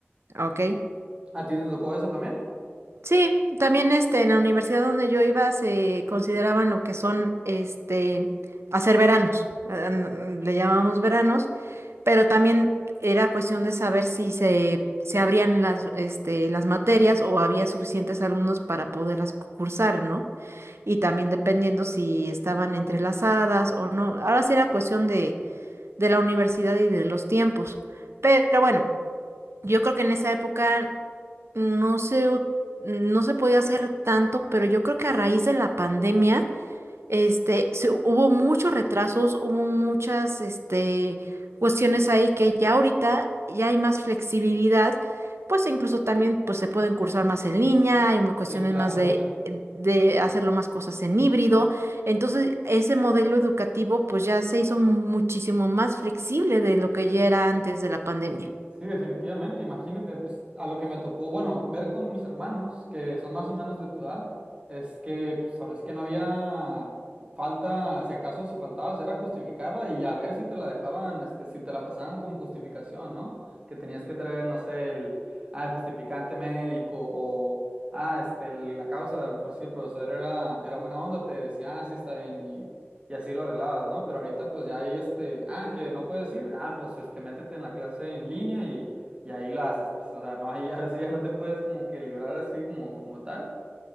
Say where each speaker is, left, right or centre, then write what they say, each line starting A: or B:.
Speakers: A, on the right; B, on the right.
A: ok.
B: ¿A ti te tocó eso también?
A: Sí, también este, en la universidad donde yo iba se consideraban lo que son este, hacer veranos, eh, n- le llamábamos veranos, pero también era cuestión de saber si se, se abrían las, este, las materias o había suficientes alumnos para poderlas cursar, ¿no? Y también dependiendo si estaban entrelazadas o no. Ahora sí era cuestión de, de la universidad y de los tiempos, pero bueno. Yo creo que en esa época no se, u- no se podía hacer tanto, pero yo creo que a raíz de la pandemia, este, se- hubo muchos retrasos, hubo muchas, este, cuestiones ahí que ya ahorita ya hay más flexibilidad, pues incluso también pues, se pueden cursar más en línea, hay mu- cuestiones
B: Sí, <laughs> claro,
A: más de,
B: claro.
A: de hacerlo más cosas en híbrido. Entonces, ese modelo educativo pues ya se hizo muchísimo más flexible de lo que ya era antes de la pandemia.
B: Sí, definitivamente. Imagínate, pues, a lo que me tocó, bueno, ver con mis hermanos, que son más o menos de tu edad, es que pues ahora sí que no había falta, si acaso se faltaba, era justificarla y a ver si te la dejaban, este, si te la pasaban como justificación, ¿no? Que tenías que traer, no sé, el, ah, el justificante médico o, ah, este, el- la causa, a lo mejor si el profesor era, era buena onda, te decía, ah, sí, está bien. Y Y así lo arreglabas, ¿no? Pero ahorita pues ya hay este, ah, que no puedes ir, ah, pues este, métete en la clase en línea y, y ahí la haces, pues, o sea, no, hay, <laughs> ahora sí ya no te puedes como que librar así como, como tal,